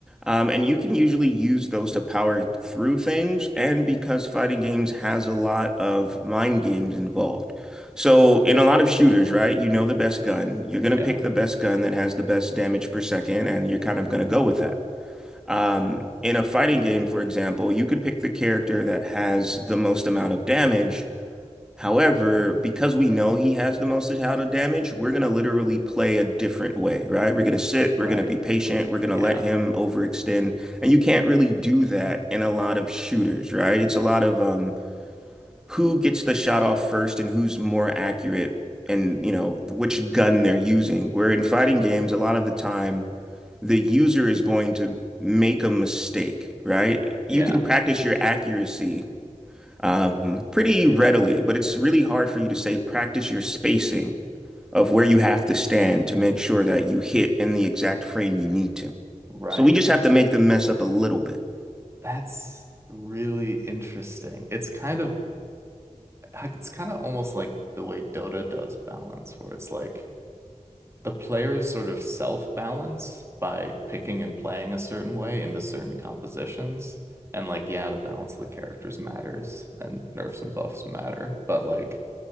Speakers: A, in the centre; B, on the right.
A: Um, and you can usually use those to power through things, and because fighting games has a lot of mind games involved. So in a lot of shooters, right, you know the best gun, you're gonna
B: Yeah,
A: pick the best gun that has the best damage per second, and you're kind of gonna go with that. Um, in a fighting game, for example, you could pick the character that has the most amount of damage However, because we know he has the most amount of damage, we're going to literally play a different way, right? We're going to sit, we're
B: right.
A: going to be patient, we're going to
B: Yeah,
A: let him overextend. And you can't really do that in a lot of shooters, right? It's a lot of um, who gets the shot off first and who's more accurate and, you know, which gun they're using. Where in fighting games, a lot of the time, the user is going to make a mistake, right? You
B: yeah,
A: can practice your accuracy um, pretty readily, but it's really hard for you to say practice your spacing of where you have to stand to make sure that you hit in the exact frame you need to.
B: right.
A: So we just have to make them mess up a little bit.
B: That's really interesting. It's kind of it's kind of almost like the way Dota does balance, where it's like the players sort of self-balance by picking and playing a certain way into certain compositions. And like, yeah, the balance of the characters matters and nerfs and buffs matter, but like